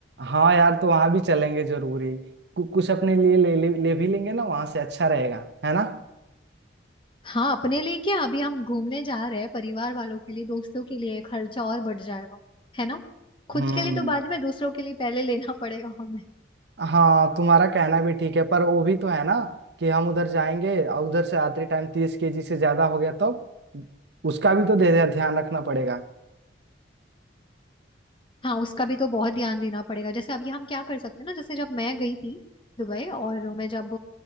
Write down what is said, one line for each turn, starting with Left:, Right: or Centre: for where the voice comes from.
Right: हाँ यार तो वहां भी चलेंगे जरूरी कु, कुछ अपने लिए ले, ले, ले भी लेंगे ना वहां से अच्छा रहेगा है ना
Left: हाँ अपने लिए क्या अभी हम घूमने जा रहे हैं परिवार वालों के लिए दोस्तों के लिए खर्चा और बढ़ जाएगा है ना खुद
Right: हम्म
Left: के लिए तो बाद में दूसरों के लिए पहले लेना पड़ेगा हमें
Right: हाँ तुम्हारा कहना भी ठीक है पर वो भी तो है ना कि हम उधर जाएंगे और उधर से आते टाइम तीस केजी से ज्यादा हो गया तब उसका भी तो दे- ध्यान रखना पड़ेगा
Left: हाँ उसका भी तो बहुत ध्यान देना पड़ेगा जैसे अभी हम क्या कर सकते हैं ना जैसे जब मैं गई थी दुबई और मैं जब